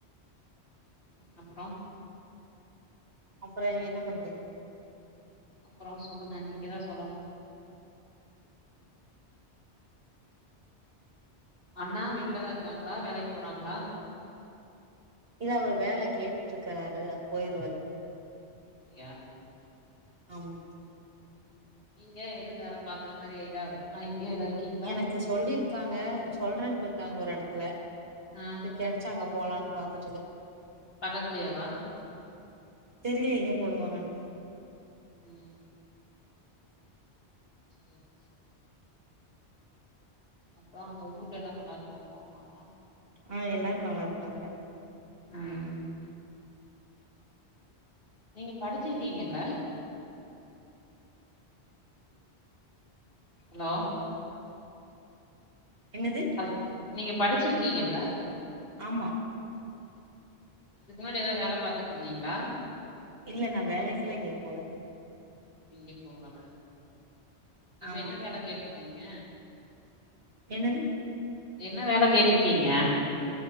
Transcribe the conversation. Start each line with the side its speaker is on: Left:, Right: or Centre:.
Left: அப்றோ
Right: அப்றோ என்ன பண்றது
Left: அப்றோ சொல்லுங்க நீங்க தா சொல்லணு அண்ணா வீட்லதா இருக்காங்ளா வேலைக் போறாங்ளா
Right: இல்ல அவரு வேல கேட்டுட்ருக்காரு அவர் போயிருவாரு
Left: யா
Right: ஆமா
Left: நீங்க எதுவு வேல பாக்குற மாரி ஐடாவு ஐடியால இருக்கீங்களா
Right: எனக்கு சொல்லிருக்காங்க சொல்றேருக்காங்க ஒரு எடத்துல
Left: ஆம்
Right: கெடச்சா அங்க போலான் பாத்துட்ருக்கரே
Left: பக்கத்துலேவா
Right: தெரில எங்க போடுவாங்கன்னு
Left: ம் <inaudible> அப்புறோ அங்க ஊர்ல எல்லா நல்லா இருக்காங்களா அம்மாலா
Right: ஆ எல்லாரு நல்லாருக்காங்க
Left: ம் நீங்க படிச்சிருக்கீங்கல்ல ஹலோ
Right: என்னது
Left: ஹல் நீங்க படிச்சிருக்கீங்கல்ல
Right: ஆமா
Left: இதுக்கு முன்னாடி ஏதாவது வேல பாத்துட்டு இருந்தீங்ளா
Right: இல்ல நா வேலைக்குல்லா எங்யு போல
Left: எங்யு போகல இப்ப
Right: ஆமா
Left: என்ன வேல கேட்டுருக்கீங்க
Right: என்னது
Left: என்ன வேல கேட்டுருக்கீங்க